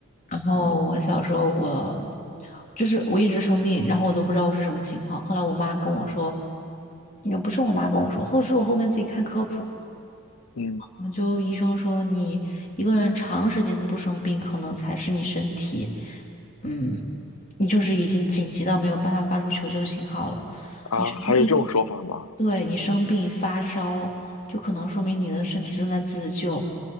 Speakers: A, on the left; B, on the left.
A: 然后我小时候我
B: 嗯
A: 就是我一直生病，然后我都不知道我是什么情况。后来我妈跟我说，也不是我妈跟我说，或者是我后面自己看科普，
B: 嗯
A: 嗯就医生说你一个人长时间的不生病，可能才是你身体，嗯，你就是已经紧急到没有办法发出求救信号了，
B: 啊，
A: 你生病。
B: 还有这种说法吗？
A: 对你生病发烧，就可能说明你的身体正在自救，